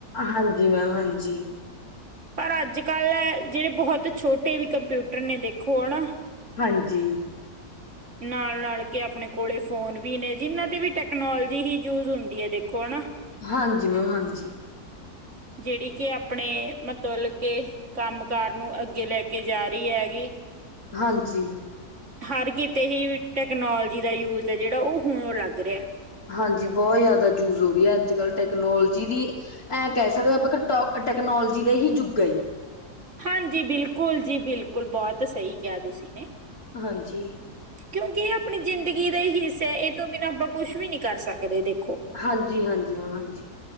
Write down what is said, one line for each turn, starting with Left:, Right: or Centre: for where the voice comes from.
Left: ਹਾਂ ਜੀ ਮੈਮ ਹਾਂ ਜੀ।
Right: ਪਰ ਅੱਜ ਕੱਲ੍ਹ ਜਿਹੜੇ ਬਹੁਤ ਛੋਟੇ ਵੀ ਕੰਪਿਊਟਰ ਨੇ ਦੇਖੋ ਹੈਨਾ ।
Left: ਹਾਂ ਜੀ।
Right: ਨਾਲ-ਨਾਲ ਕੇ ਆਪਣੇ ਕੋਲੇ ਫੋਨ ਵੀ ਨੇ ਜਿਨਾਂ ਤੇ ਵੀ ਟੈਕਨੋਲੋਜੀ ਹੀ ਯੂਸ ਹੁੰਦੀ ਆ ਦੇਖੋ ਹੈਨਾ।
Left: ਹਾਂਜੀ ਮੈਮ ਹਾਂਜੀ।
Right: ਜਿਹੜੀ ਕੀ ਆਪਣੇ ਮਤਬਲ ਕੀ ਕੰਮ ਕਾਰ ਨੂੰ ਅੱਗੇ ਲੈ ਕੇ ਜਾ ਰਹੀ ਹੈਗੀ।
Left: ਹਾਂਜੀ।
Right: ਹਰ ਕਿਤੇ ਹੀ ਟੈਕਨੋਲੋਜੀ ਦਾ ਯੂਜ ਹੈ ਜਿਹੜਾ ਉਹ ਹੁਣ ਲੱਗ ਰਿਹਾ।
Left: ਹਾਂ ਜੀ ਬਹੁਤ ਜ਼ਿਆਦਾ ਯੂਸ ਹੋ ਰਹੀ ਹੈ। ਅੱਜ ਕੱਲ ਟੈਕਨੋਲੋਜੀ ਦੀ ਐਂ ਕਹਿ ਸਕਦੇ ਆਪਾਂ ਘਟਾ । ਟੈਕਨੋਲੋਜੀ ਦਾ ਹੀ ਯੁੱਗ ਐ।
Right: ਹਾਂ ਜੀ ਬਿਲਕੁਲ ਜੀ ਬਿਲਕੁਲ ਬਹੁਤ ਸਹੀ ਕਿਹਾ ਤੁਸੀਂ ਨੇ।
Left: ਹਾਂ ਜੀ।
Right: ਕਿਉਂਕਿ ਇਹ ਆਪਣੀ ਜ਼ਿੰਦਗੀ ਦਾ ਹੀ ਹਿੱਸਾ ਹੈ। ਇਹ ਤੋਂ ਬਿਨਾਂ ਆਪਾਂ ਕੁਝ ਵੀ ਨੀ ਕਰ ਸਕਦੇ ਦੇ।
Left: ਹਾਂਜੀ ਹਾਂਜੀ ਮੈਮ ਹਾਂਜੀ।